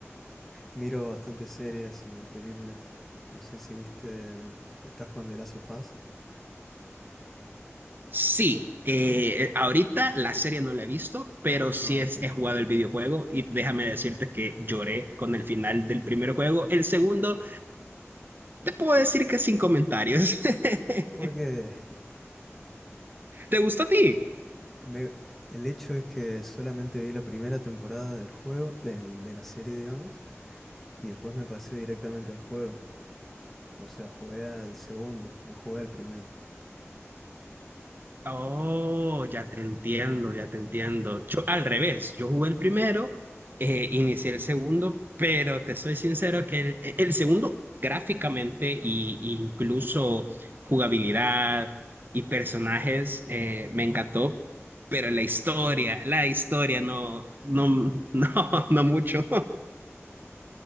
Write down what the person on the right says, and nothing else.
sí. Eh, ahorita la serie no la he visto, pero sí
es,
he jugado el videojuego y déjame decirte que lloré con el final del primer juego. El segundo, te puedo decir que sin comentarios. <laughs>
¿Te gustó a ti?
Oh, ya te entiendo, ya te entiendo. Yo al revés, yo jugué el primero, eh, inicié el segundo, pero te soy sincero que el, e, el segundo gráficamente y, y incluso jugabilidad y personajes eh, me encantó, pero la historia, la historia no, no, no, <laughs> no mucho.